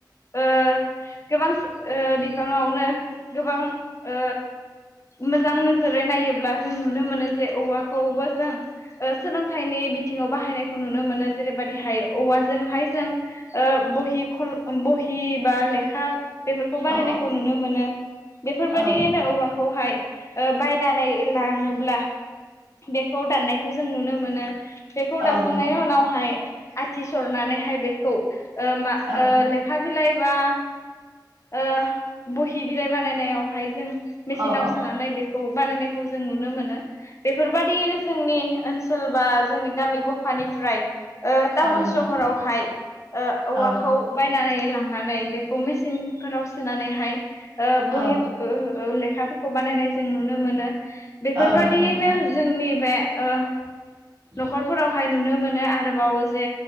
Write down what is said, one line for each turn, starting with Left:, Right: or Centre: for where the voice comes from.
Left: ओ गोबां ओ बिफाङावनो गोबां ओ मोजां नोजोरै नायोब्ला जों नुनो मोनो जे औवाखौबो जों ओ सोलोंथाइनि बिथिङाव बाहायनायखौ नुनो मोनो जेरैबायदिहाय औवाजोंहाय जों ओ बहि खल बहि बा लेखा बेफोरखौ बानायनायखौ
Right: औ
Left: नुनो मोनो बेफोरबायाददियैनो
Right: औ
Left: औवाखौहाय ओ बायनानै लाङोब्ला बेखौ दाननायखौ जों नुनो मोनो बेखौ
Right: औ
Left: दानखांनायनि
Right: नोंथां औ
Left: उनावहाय आथि सरनानैहाय बेखौ ओ मा
Right: औ औ
Left: ओ लेखा बिलाइ बा ओ बहि बिलाइ बानायनायावहाय जों
Right: औ
Left: मेचनाव
Right: औ
Left: सोनानै बेखौ बानायनाय खौ जों नुनो मोनो बेफोरबायदियैनो जोंनि ओनसोल बा जोंनि गामि गफानिफ्राय ओ टाउन
Right: नोंथां
Left: सहरावहाय ओ औवाखौ
Right: औ
Left: बायनानै लांनानै बेखौ मेसिन फोराव सोनानैहाय ओ बहि
Right: औ
Left: ओ ओ लेखाफोरखौ बानायनाय जों नुनो मोनो बेफोरबादियैनो
Right: औ नंगौ नोंथां
Left: जोंनि बे ओ
Right: <inaudible>
Left: न'खरफोरावहाय नुनो मोनो आरोबावो जे